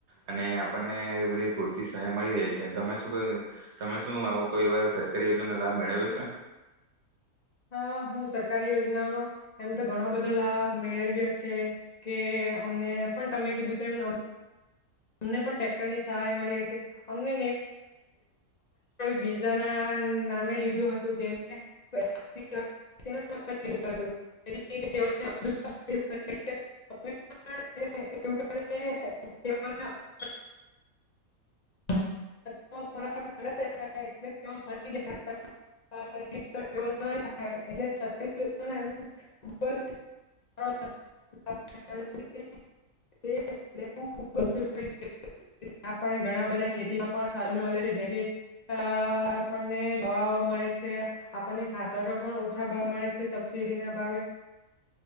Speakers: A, on the right (about 55°); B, on the left (about 50°).
A: અને આપણને એ બધી પૂરતી સહાય મળી જાય છે. તમે શું તમે શું આવું કોઈ એ સરકારી યોજનાનો લાભ મેળવ્યો છે?
B: હા, હું સરકારી યોજનાનો એમ તો ઘણો બધો લાભ મેળવ્યો છે. કે અમને પણ તમે કીધું તેમ અમને પણ ટેક્ટરની સહાય મળી હતી. <unintelligible> અમને બીજાના નામે લીધું હતું કેમ કે <unintelligible> <unintelligible> બધા ખેતીમાં પણ સારુ ને મલે છે, જે કંઈ આપણને દવાઓ મળે છે, આપણને ખાતરો પણ ઓછા ભાવે મળે છે સબસીડી ના ભાવે.